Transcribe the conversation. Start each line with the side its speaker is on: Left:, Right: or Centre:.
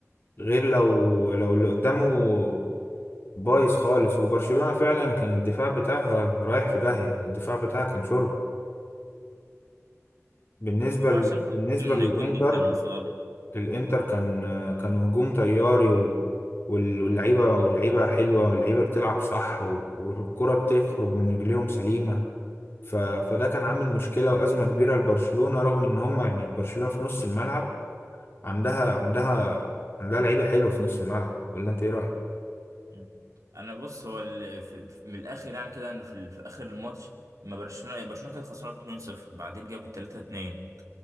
Left: غير لو لو اللي قدامه بايظ خالص وبرشلونة فعلا كان الدفاع بتاعها رايح في داهية يعني الدفاع بتاعها كان شوربة بالنسبة
Right: وعشان
Left: ل... بالنسبة
Right: برضه ان
Left: للإنتر
Right: كوندي كان مصاب
Left: الإنتر كان كانوا هجوم طياري و... وال- واللعيبة واللعيبة حلوة واللعيبة بتلعب صح و... والكرة بتخرج من رجليهم سليمة ف... فده كان عامل مشكلة وأزمة كبيرة لبرشلونة رغم إن هم يعني برشلونة في نص الملعب عندها عندها عندها لعيبة حلوة في نص الملعب ولا أنت إيه رأيك؟
Right: مم. انا بص هو ال- في في- من الاخر يعني كده ان في, في اخر الماتش ما برشلونه يعني برشلونه كانت خسرانه 2-0 بعدين جابت 3-2